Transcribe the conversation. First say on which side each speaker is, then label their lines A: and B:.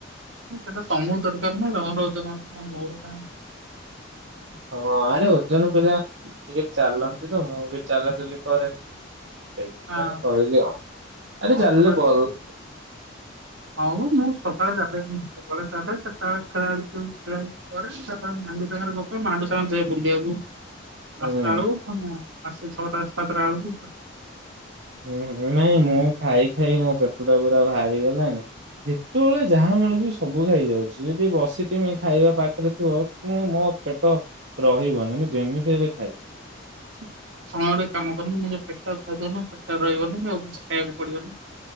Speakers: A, on the right; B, on the right.
A: ସେଇଟା ତମକୁ ଦରକାର ନା ତମର ଓଜନ ଅଛି ନା ମୋ କଣ
B: <inaudible> ହଁ ଆରେ ଓଜନ ପିଲା ଟିକେ ଚାଲନ୍ତି ତ ମୁଁ ବି ଚାଲାଚାଲି କରେ। ସେଇଥିପାଇଁ
A: ହଁ
B: କହିଲି ଆଉ ଆରେ
A: ହଁ
B: ଚାଲିଲେ
A: ଚଲାଯିବ।
B: ଭଲ
A: ହଁ ମ ମୁଁ ସକାଳେ ଚାଲେନି ସକାଳେ ଚାଲେ ସେ ସକାଳେ <unintelligible> କରେ ତା ପରେ ମାଣ୍ଡୁ ସାଙ୍ଗରେ ଗପେ ମାଣ୍ଡୁ ସ <unintelligible> ବୁଲିଆକୁ
B: ହୁଁ
A: ପାଞ୍ଚଟା ବେଳକୁ ଫୁ ପାଞ୍ଚଟା ଛଅଟା ସାତଟା ବେଳକୁ।
B: ଉଁ ହୁଁ ନାଇଁ ମୁଁ ଖାଇ ଖାଇ ମୋ ପେଟ ଟା ପୁରା ଭାଆରି ଗଲା ଯେତେବେଳେ ଯାହା ମିଳୁଚି ସବୁ ଖାଇଯାଉଚି ଯଦି ବସିଥିମି ଖାଇବା ପାଖରେ ଥିବ ମୁଁ ମୋ ମୋ ପେଟ ରହିବନି ମୁଁ ଯେମିତି ହେଲେ ଖାଇବି।
A: <inaudible> ସମୟ ଗୋଟେ କାମ କରିମି ଏ ପେଟ ଖାଦାନ ପେଟଟା ରାଇବନି ଆଉ କିଛି ଖାଇବାକୁ ପଡିବନି।